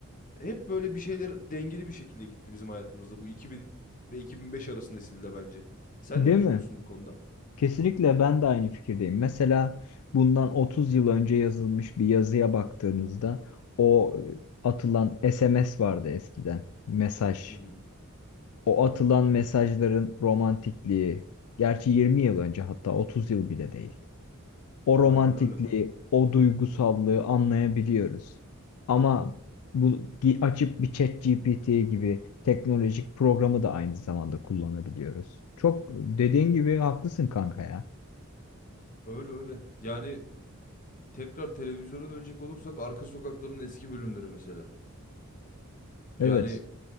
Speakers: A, on the left (about 35°); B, on the left (about 80°).
A: Hep böyle bir şeyler dengeli bir şekilde gitti bizim hayatımızda. Bu 2000 ve 2005 arası nesilde bence. Sen
B: Değil
A: ne düşünüyorsun
B: mi?
A: bu konuda?
B: Kesinlikle ben de aynı fikirdeyim. Mesela bundan 30 yıl önce yazılmış bir yazıya baktığımızda o e, atılan SMS vardı eskiden. Mesaj.
A: Hı hı.
B: O atılan mesajların romantikliği, gerçi 20 yıl önce hatta 30 yıl bile değil. O romantikliği,
A: Aynen öyle.
B: o duygusallığı anlayabiliyoruz. Ama bu gi- açıp bir ChatGPT gibi teknolojik programı da aynı zamanda kullanabiliyoruz. Çok dediğin gibi haklısın kanka ya.
A: Öyle öyle. Yani tekrar televizyona dönecek olursak arka sokakların eski bölümleri mesela.
B: Evet.
A: Yani